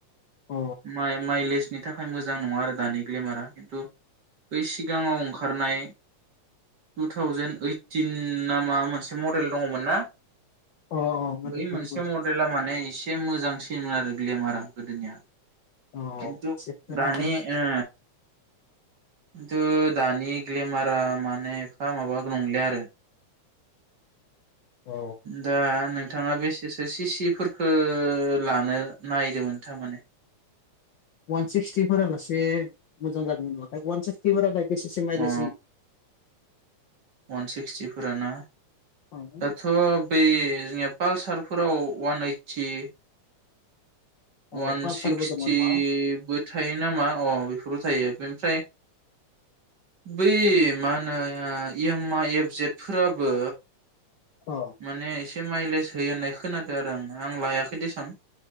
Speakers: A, on the left (about 75°); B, on the right (about 40°).
A: अ
B: माइ माइलेजनि थाखाय मोजां नङा आरो दानि ग्लेमारा खिन्थु बै सिगाङाव ओंखारनाय टु थावजेेनड ओइटिन ना मा मोनसे मडेल दङमोन ना?
A: अ मोदोमदोंमोन
B: बै मोनसे मडेला माने एसे मोजांसिन। होयोमोन आरो ग्लेमारा गोदोनिया।
A: औ
B: खिन्थु
A: एसे खोनादों
B: दानि
A: एसे
B: ओ खिन्थु दानि ग्लेमारा माने एफा माबा नंला आरो।
A: औ
B: दा नोंथाङा बेसेसो सिसि फोरफोरखौ लानो नायदोंमोन थारमाने।
A: अवान सिक्सटिफोर लासे मोजां जादोंमोन नाथाय अवान सिक्सटिफोरा। बेसेसो मायलेज
B: अ
A: होयो?
B: अवान सिक्सटिफोरना
A: होयो
B: दाथ' बे जोंनिया पालसारफोराव अवान ओइटि
A: औ
B: अवान
A: पालसारबो
B: सिक्सटिबो
A: दङ नङा
B: थायो नामा? अ। बेबो थायो बेनिफ्राय बै मा होनो इएम आ एप जेटफोराबो
A: अ
B: माने एसे माइलेज होयो होननाय खोनादों आरो आं आं लायाखै देसन।